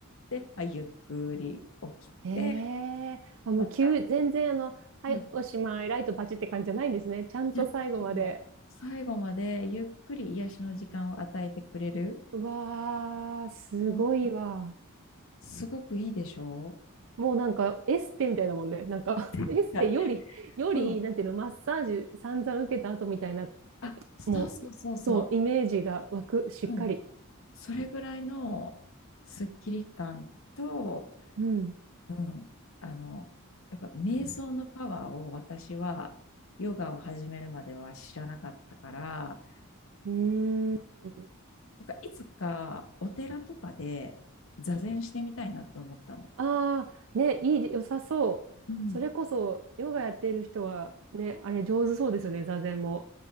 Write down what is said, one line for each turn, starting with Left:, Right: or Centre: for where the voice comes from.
Left: で、まあ、ゆっくり起きて、
Right: へえ、あ、もう急、
Left: また、
Right: 全然あの、はい、
Left: うん
Right: おしまい、ライトパチって感じじゃないんですね。ちゃんと最後まで。
Left: 自分の最後までゆっくり癒しの時間を与えてくれる。
Right: うわあ、すごいわ。
Left: うん、すごくいいでしょ
Right: もうなんかエステみたいだもんね。なんか <laughs> エステより、
Left: うはい
Right: より、
Left: うん。
Right: なんていうの、マッサージ散々受けた後みたいな、
Left: あ、そうそうそうそ
Right: もう、そう、イメージが湧く、しっかり。
Left: う。うん。それぐらいのスッキリ感と、
Right: うん。
Left: うん。あの、やっぱ瞑想のパワーを私はヨガを始めるまでは知らなかったから、
Right: うーん。
Left: なんかいつかお寺とかで座禅してみたいなって思ったの。
Right: ああ、ね、いい、良さそう。
Left: うん。
Right: それこそ、ヨガやっている人は、ね、あれ上手そうですよね、座禅も。